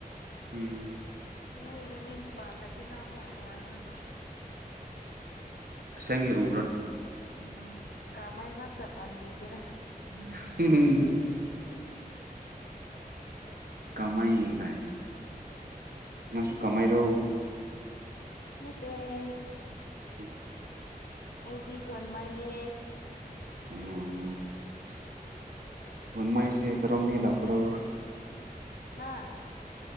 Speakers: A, on the right; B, on the left.
A: ꯎꯝ
B: ꯑꯩ ꯃꯦꯝꯃꯤꯡ ꯄꯥꯜꯂꯗꯤ ꯅꯪ ꯃꯨꯛ ꯅꯨꯡꯉꯥꯏꯔꯣꯏꯕꯣ
A: ꯑꯁ‌ꯦꯡꯀꯤ ꯎ
B: ꯎꯝ ꯀꯥꯃꯩ ꯉꯥꯛꯇ ꯄꯥꯟꯕꯤꯒꯦꯔꯥ
A: <unintelligible> ꯀꯥꯃꯥꯏ ꯒꯥꯏ ꯅꯪꯁꯨꯨ ꯀꯃꯥꯏꯔꯣ
B: ꯅꯠꯇ‌ꯦ
A: <unintelligible>
B: ꯑꯩꯗꯤ ꯒꯣꯟꯃꯥꯏꯅꯦ
A: <unintelligible> ꯒ‌ꯣꯟꯃꯥꯏꯁ‌ꯦ ꯀꯔꯣꯝꯗꯒꯤ ꯂꯥꯛꯄꯥꯔꯣ
B: ꯍꯥꯥ